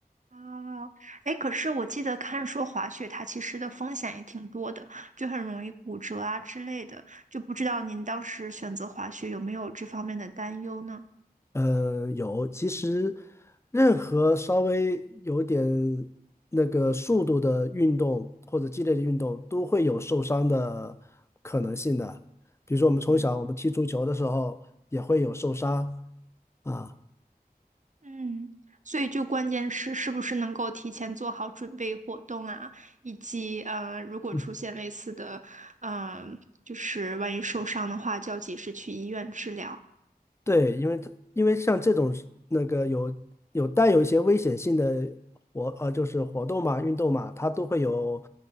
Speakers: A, on the right (about 50°); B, on the left (about 15°).
A: 哦，哎，可是我记得看说滑雪它其实的风险也挺多的，就很容易骨折啊之类的。就不知道您当时选择滑雪有没有这方面的担忧呢？
B: 嗯，有。其实，任何稍微有点那个速度的运动或者激烈的运动，都会有受伤的可能性的。比如说，我们从小我们踢足球的时候也会有受伤
A: 嗯
B: 啊。
A: 嗯，所以就关键是是不是能够提前做好准备活动啊，以及呃，如果出现类似的，
B: 嗯，
A: 嗯、就是万一受伤的话，就要及时去医院治疗。
B: 对，因为它因为像这种那个有有带有一些危险性的活呃，就是活动嘛、运动嘛，它都会有